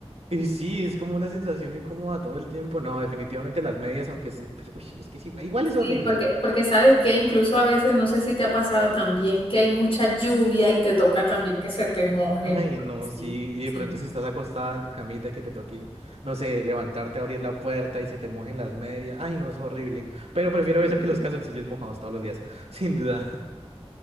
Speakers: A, on the right; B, on the left.
A: y sí, es como una sensación incómoda todo el tiempo. No, definitivamente las medias, aunque se- pero, uy, es que sí, igual es
B: Sí,
A: horrible.
B: porque, porque sabes que incluso a veces, no sé si te ha pasado también, que hay mucha lluvia y te toca también que se te mojen.
A: Ay,
B: porque
A: no, sí,
B: sí,
A: y
B: sí.
A: de pronto si estás acostada en tu camita y que te toque, no sé, levantarte, a abrir la puerta y se te mojen las medias. Ay, no, es horrible. Pero prefiero eso que los calzoncillos mojados todos los días, <laughs> sin duda.